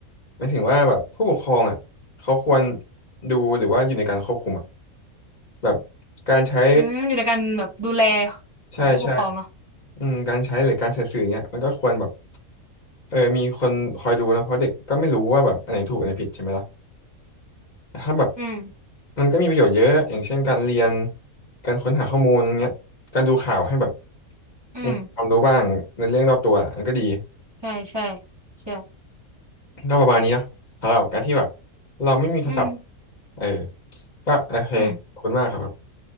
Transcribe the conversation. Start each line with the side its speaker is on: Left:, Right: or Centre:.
Left: หมายถึงว่าแบบผู้ปกครองอ่ะเขาควรดูหรือว่าอยู่ในการควบคุมอ่ะแบบการใช้
Right: อืมอยู่ในการแบบดูแล
Left: ใช่ใช่
Right: ของผู้ปกครองเนาะ
Left: อืมการใช้หรือการเสพสื่อเนี่ยมันก็ควรแบบเออมีคนคอยดูเนอะเพราะเด็กก็ไม่รู้ว่าแบบอันไหนถูกอันไหนผิดใช่ไหมล่ะแต่ถ้าแบบ
Right: อืม
Left: มันก็มีประโยชน์เยอะอย่างเช่นการเรียนการค้นหาข้อมูลเงี้ยการดูข่าวให้แบบ
Right: อืม
Left: มีความรู้บ้างในเรื่องรอบตัวมันก็ดี
Right: ใช่ใช่ใช่
Left: ก็ประมาณนี้นะสำหรับการที่แบบเราไม่มีโทรศัพท์
Right: อืม
Left: เออก็โอเคขอบคุณมากครับ
Right: อืม